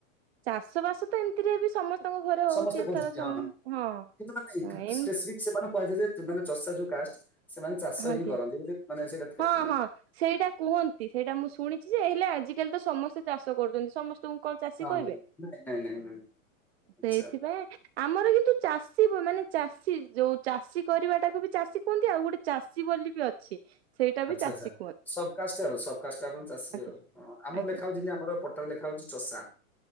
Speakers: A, on the right (about 45°); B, in the centre.
A: ଚାଷ ବାସ ତ ଏମିତିରେ ବି ସମସ୍ତଙ୍କ ଘରେ ହଉଛି।
B: ସମସ୍ତେ
A: ଏଥର
B: କରୁଛନ୍ତି
A: ଚମ୍
B: ହଁ ହଁ
A: ହଁ
B: କିନ୍ତୁ ମାନେ
A: ଏମ
B: ସ୍ପେସିଫିକ ସେମାନଙ୍କୁ କୁହାଯାଏ ଯେ ମାନେ ଚଷା ଯୋଉ କାଷ୍ଟ ସେମାନେ ଚାଷ
A: ଆଜ୍ଞା
B: ହିଁ କରନ୍ତି ବୋଲି ମାନେ ସେଇଟା
A: ହଁ
B: ଥିଲା।
A: ହଁ ସେଇଟା କୁହନ୍ତି ସେଇଟା ମୁଁ ଶୁଣିଛି ଯେ ହେଲେ ଆଜିକାଲି ତ ସମସ୍ତେ ଚାଷ କରୁଛନ୍ତି ସମସ୍ ତୁମକୁ କଣ ଚାଷୀ
B: ହଁ
A: କହିବେ
B: ହଁ। ନାଇଁ ନାଇଁ ନାଇଁ ନାଇଁ ଆଚ୍ଛା।
A: ସେଇଥିପାଇଁ ଆମର କିନ୍ତୁ ଚାଷୀ ମାନେ ଚାଷୀ ଯୋଉ ଚାଷୀ କରିବାଟାକୁ ବି ଚାଷୀ କୁହନ୍ତି ଆଉ ଗୋଟେ ଚାଷୀ ବୋଲି ବି ଅଛି। ସେଇଟା ବି
B: ଆଚ୍ଛା
A: ଚାଷୀ
B: ଆଛା
A: କୁହନ୍ତି
B: ସବକାଷ୍ଟ ଆଉ ସବକାଷ୍ଟ ଆପଣ ଚାଷୀ
A: ଆଜ୍ଞା
B: ଆଉ ହଁ ଆମର
A: ଆଜ୍ଞା
B: ଲେଖା ହଉଚି ଜିନ୍ତି ଆମର ପଟ ତାପରେ ଲେଖା ହଉଛି ଚଷା